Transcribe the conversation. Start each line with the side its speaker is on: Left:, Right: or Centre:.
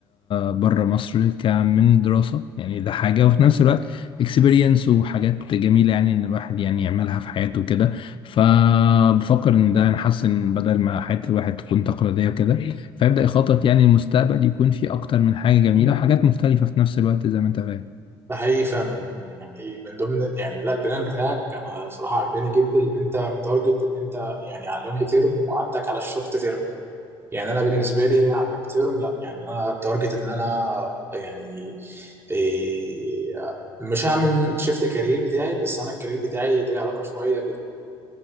Left: بره مصر كمن دراسة يعني ده حاجة وفي نفس الوقت اكسبيرينس وحاجات جميلة يعني ان الواحد يعني يعملها في حياته كده فبفكر ان ده انا حاسس ان بدل ما حياة الواحد تكون تقليدية وكده فيبدأ يخطط يعني المستقبل يكون فيه اكتر من حاجة جميلة وحاجات مختلفة في نفس الوقت زي ما انت فاهم
Right: ده حقيقي فعلا يعني من ضمن يعني لا البلان بتاعك انا صراحه عجباني جدا ان انت متارجت ان انت يعني على اللونج تيرم وعندك على الشورت تيرم يعني انا بالنسبه لي على اللونج تيرم لا يعني انا بتارجت ان انا يعني إيه مش هعمل شيفت كارير بتاعي بس انا الكارير بتاعي ليه علاقه شويه